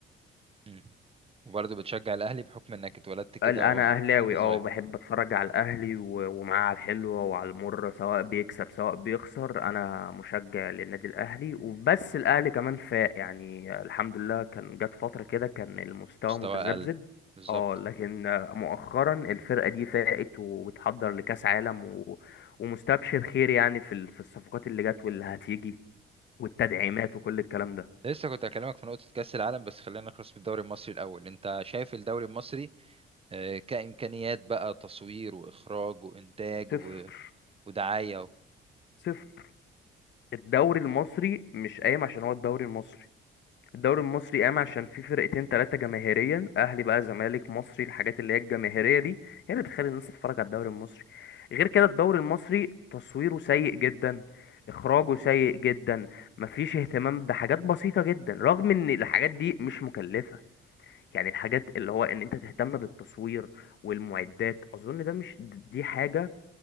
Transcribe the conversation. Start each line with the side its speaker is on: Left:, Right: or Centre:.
Right: مم. وبرضو بتشجع الاهلي بحكم انك اتولدت كده
Left: ال- انا
Right: غم- من-
Left: اهلاوي
Right: وانت صغير
Left: اه بحب اتفرج على الاهلي و- ومعاه على الحلوه وعلى المره سواء بيكسب سواء بيخسر انا مشجع للنادي الاهلي وبس الاهلي كمان فاق يعني الحمد لله كان جت فتره كده كان المستوى
Right: مستوى
Left: متذبذب
Right: اقل بالظبط
Left: اه لكن مؤخرا الفرقه دي فاقت وبتحضر لكاس عالم و... ومستبشر خير يعني في ال- في الصفقات اللي جت واللي هتيجي والتدعيمات وكل الكلام ده
Right: لسه كنت هكلمك في نقطة كأس العالم بس خلينا نخلص بالدوري المصري الأول أنت شايف الدوري المصري آه، كإمكانيات بقى تصوير وإخراج وإنتاج
Left: صفر
Right: و- ودعاية و...
Left: صفر الدوري المصري مش قايم عشان هو الدوري المصري الدوري المصري قام عشان في فرقتين ثلاثة جماهيريا أهلي بقى زمالك مصري الحاجات اللي هي الجماهيرية دي هي اللي بتخلي الناس تتفرج على الدوري المصري غير كده الدوري المصري تصويره سيء جدا إخراجه سيء جدا مفيش اهتمام بحاجات بسيطة جدا رغم إن الحاجات دي مش مكلفة يعني الحاجات اللي هو إن أنت تهتم بالتصوير والمعدات أظن ده مش دي حاجة